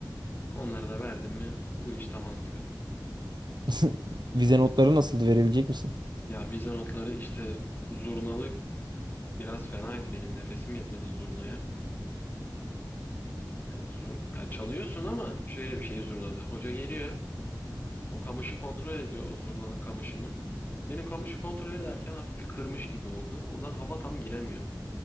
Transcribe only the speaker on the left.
Onları da verdim mi bu iş tamam gibi.
Ya vize notları işte zurnalı biraz fenaydı. Benim nefesim yetmedi zurnaya. Yani, zur- yani çalıyorsun ama şöyle bir şey zurnada. Hoca geliyor. O kamışı kontrol ediyor o zurnanın kamışını. Benim kamışı kontrol ederken hafif bir kırmış gibi oldu. Oradan hava tam giremiyor.